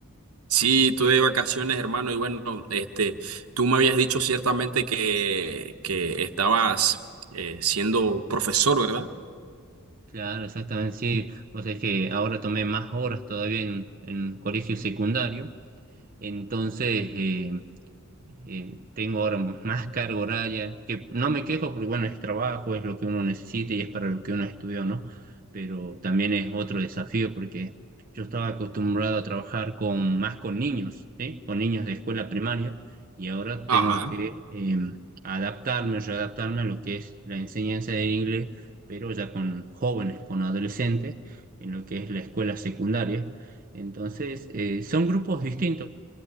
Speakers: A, on the right (about 80°); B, on the right (about 40°).
A: Sí, estoy de vacaciones, hermano, y bueno, este, tú me habías dicho ciertamente que, que estabas eh, siendo profesor, ¿verdad?
B: Claro, exactamente, sí. O sea, es que ahora tomé más horas todavía en, en colegio secundario, entonces... eh, eh, tengo ahora más carga horaria, que no me quejo porque bueno, es trabajo, es lo que uno necesita y es para lo que uno estudió, ¿no? Pero también es otro desafío porque yo estaba acostumbrado a trabajar con más con niños, ¿sí? Con niños de escuela primaria y ahora
A: Ajá,
B: tengo que eh, adaptarme, readaptarme a lo que es la enseñanza del inglés, pero ya con jóvenes, con adolescentes, en lo que es la escuela secundaria. Entonces, eh, son grupos distintos